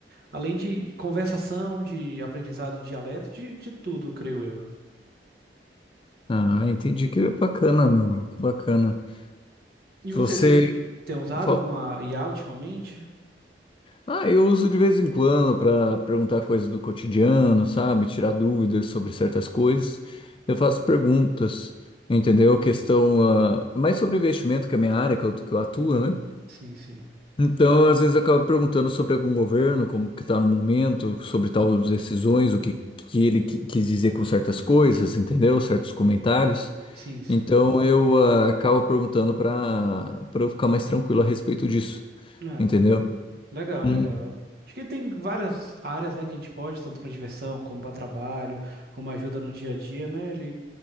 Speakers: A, on the right; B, on the left.
A: além de conversação, de aprendizado do dialeto, de, de tudo, creio eu.
B: Ah, entendi. Que bacana, mano. Que bacana.
A: E
B: Você
A: você tem, tipo, tem usado
B: fala,
A: alguma IA ultimamente?
B: ah, eu uso de vez em quando para perguntar coisas do cotidiano, sabe? Tirar dúvidas sobre certas coisas. Eu faço perguntas, entendeu? Questão, ah, mais sobre investimento, que é a minha área, que eu, que eu atuo, né?
A: Sim, sim.
B: Então, às vezes, eu acabo perguntando sobre algum governo, como que está no momento, sobre tal decisões, o que, que ele qui- quis dizer com certas coisas, entendeu? Certos comentários.
A: Sim, sim.
B: Então eu ah, acabo perguntando para para eu ficar mais tranquilo a respeito disso,
A: Ah,
B: entendeu?
A: cara, legal,
B: Hum.
A: legal. Acho que tem várias áreas, né, que a gente pode, tanto para diversão, como para trabalho, como ajuda no dia a dia, né? Ele